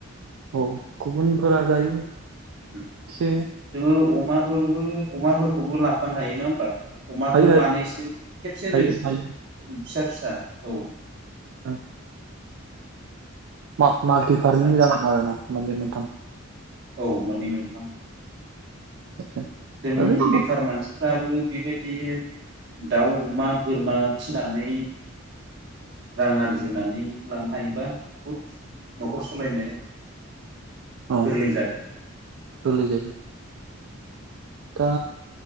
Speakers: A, on the right; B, on the right.
A: औ गुबुनफोरा
B: उम
A: जायो।
B: उम
A: से
B: जोङो अमाफोरबो अमाफोरखौबो लांफानो हायो नङा होमबा अमाफोर
A: हायो
B: मानैसो खेबसेनो
A: हायो हायो
B: फिसा फिसा औ।
A: ओ मा मालटि फार्मिं
B: फिसा
A: जागोन आरो ना मोननै मोनथाम
B: औ मोननै मोनथाम।
A: खेबसे
B: जों
A: ओरैनो
B: बेखार मानसिफ्राबो बेबा दि दाउ अमा बोरमा फिनानै रां आरजिनानै लानो हायोबा बुहुद नखर सलायनो गोरलै
A: औ
B: जागोन।
A: गोरलै जागोन। दा